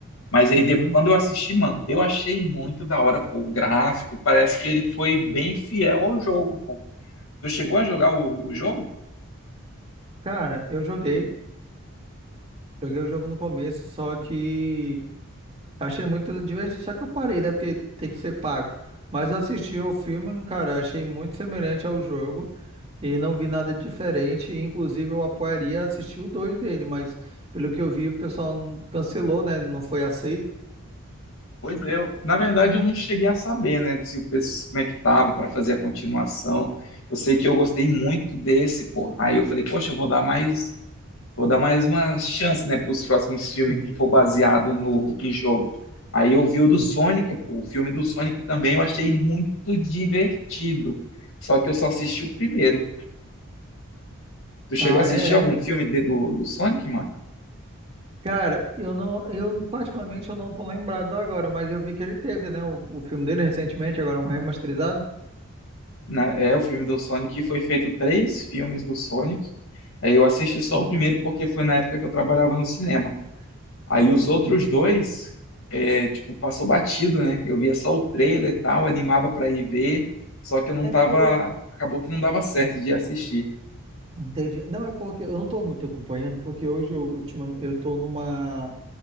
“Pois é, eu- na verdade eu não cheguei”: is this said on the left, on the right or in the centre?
Left